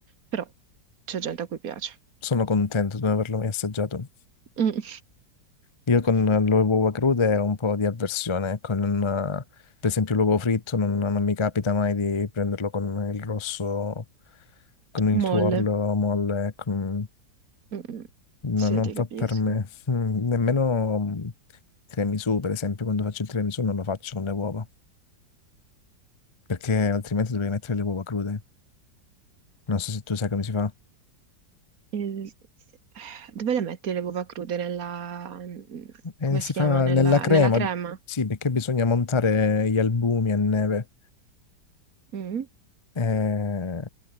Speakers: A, on the right; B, on the left.
A: Però c'è gente a cui piace.
B: sono contento di non averlo mai assaggiato.
A: Mm.
B: Io con
A: <laughs>
B: le uova crude ho un po' di avversione. Ecco, non, eh, per esempio l'uovo fritto non, non mi capita mai di prenderlo con il rosso, con il
A: Molle.
B: tuorlo molle. con-
A: Mm, mm.
B: no,
A: Sì,
B: non
A: ti
B: fa
A: capisco.
B: per me. Mm, Nemmeno mm, tiramisù, per esempio, quando faccio il tiramisù non lo faccio con le uova, perché altrimenti dovrei mettere le uova crude. Non so se tu sai come si fa.
A: Il- Dove le metti le uova crude? Nella,
B: Eh,
A: come
B: si
A: si chiama?
B: fa
A: Nella,
B: nella crema,
A: nella crema?
B: sì, perché bisogna montare gli albumi a neve.
A: Mm?
B: Eh,